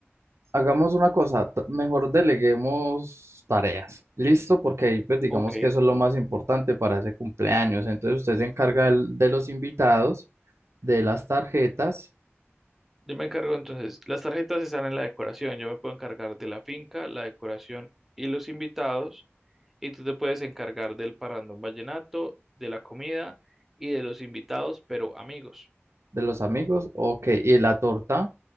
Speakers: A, on the right (about 80°); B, in the centre.
A: Hagamos una cosa, t- mejor deleguemos tareas. ¿Listo? Porque ahí pues digamos
B: ok.
A: que eso es lo más importante para ese cumpleaños. Entonces usted se encarga del- de los invitados, de las tarjetas,
B: Yo me encargo entonces, las tarjetas están en la decoración, yo me puedo encargar de la finca, la decoración y los invitados, y tú te puedes encargar del parrandón vallenato, de la comida y de los invitados, pero amigos.
A: de los amigos, ok, y la torta